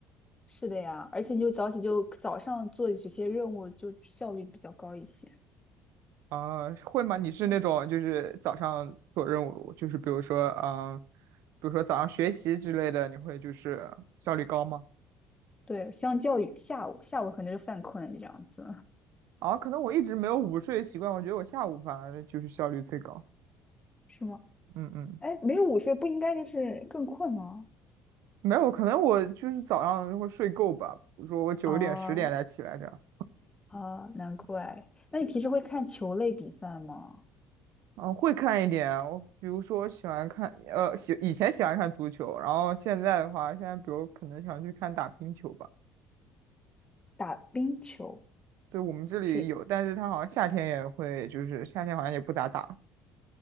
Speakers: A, on the left (about 20°); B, on the right (about 70°).
A: 是的呀，而且你就早起就早上做这些任务就效率比较高一些。
B: 啊，会吗？你是那种就是早上做任务，
A: 对。
B: 就是比如说啊，比如说早上学习之类的，你会就是效率高吗？
A: 对，相较于下午，下午可能就犯困了，你这样子
B: 啊，可能我一直没有午睡习惯，我觉得我下午反而就是效率最高。
A: <laughs> 是吗？
B: 嗯嗯，
A: 哎，没有午睡不应该就是更困吗？
B: 没有，可能我就是早上会睡够吧，比如说我九点十点才起来这样。
A: 哦哦，难怪。那你平时会看球类比赛吗？
B: 啊，会看一点啊，我比如说我喜欢看，呃，喜以前喜欢看足球，然后现在的话，现在比如可能想去看打冰球吧。
A: 打冰球
B: 对，我们这里有，
A: 是
B: 但是他好像夏天也会，就是夏天好像也不咋打。